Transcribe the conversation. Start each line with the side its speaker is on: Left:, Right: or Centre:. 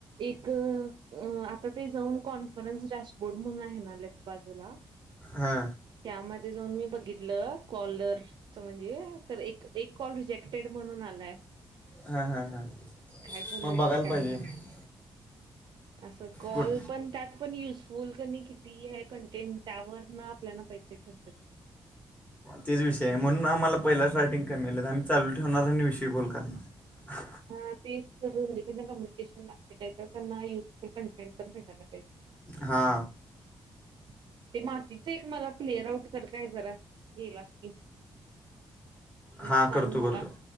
Right: एक अ आता ते जाऊन कॉन्फरन्स डॅशबोर्ड म्हणून आहे ना लेफ्ट बाजूला?
Left: हा.
Right: त्यामध्ये जाऊन मी बघितलं कॉलरच म्हणजे तर एक कॉल रिजेक्टेड म्हणून आलाय.
Left: हां हां हां
Right: काय बोल
Left: मग
Right: यतात
Left: बघायला
Right: काय
Left: पाहिजे
Right: नाही असं कॉल
Left: कुठ
Right: पण त्यात पण युज फल कनी किती आहे कंटेंट? त्यावर ना आपले पैसे ठरतात.
Left: तेच विषय आहे म्हणून आम्हाला पहिलाच रायटिंग कमी आले तर आम्ही चालू ठेवणार आणि विषय गोल करणार.
Right: हा तेच दोन्हीकडन कम्युनिकेशन लागते काहीत त्यांना युजफुल कंटेंट पण भेटायला पाहिजे.
Left: हा.
Right: ते मातीच एक मला प्लेअर आउट कर काय जरा गेलास की म्हणजे
Left: हां
Right: सांग
Left: करतो
Right: मला
Left: करतो